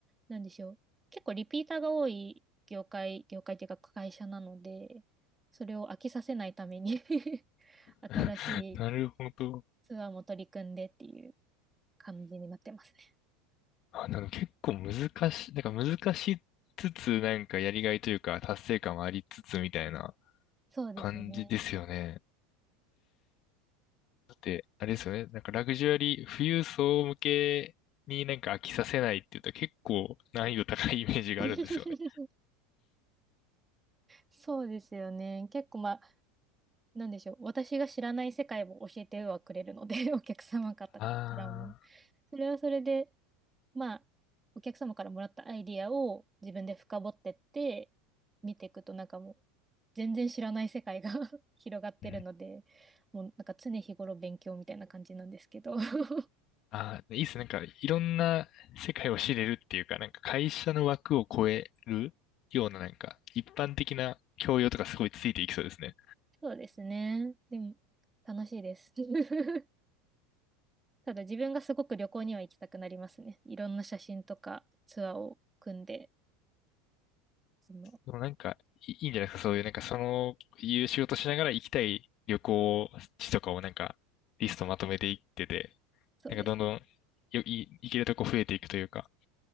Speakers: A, on the right (about 15°); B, on the left (about 50°).
A: なんでしょう、結構リピーターが多い業界、業界というか会社なので、それを飽きさせないために <laughs> 新しい
B: <laughs> なるほど。
A: ツアーも取り組んでっていう感じになってますね。
B: あ、なんか結構難しい、なんか難しつつ、なんかやりがいというか達成感はありつつみたいな。
A: そうですね。
B: 感じですよね。だって、あれですよね。なんかラグジュアリー、富裕層向けになんか飽きさせないって言ったら結構難易度高いイメージがあるんですよね。
A: <laughs> そうですよね。結構まあ、なんでしょう。私が知らない世界を教えてはくれるので、<laughs> お客様方からも。
B: ああ、
A: それはそれで、まあ、お客様からもらったアイディアを自分で深掘ってって、見ていくとなんかもう、全然知らない世界が <laughs> 広がってるので、
B: うん。
A: もうなんか常日頃勉強みたいな感じなんですけど。<laughs>
B: ああ、いいっすね。なんかいろんな世界を知れるっていうか、なんか会社の枠を超えるようななんか一般的な教養とかすごいついていきそうですね。
A: そうですね。でも、楽しいです。<laughs> ただ自分がすごく旅行には行きたくなりますね。いろんな写真とかツアーを組んで。その、
B: でもなんか、いいいんじゃないですか、そういう、なんかその、いう仕事しながら行きたい旅行地とかをなんか、リストまとめていってて、
A: そうですね。
B: なんかどんどんよ、い、行けるとこ増えていくというか、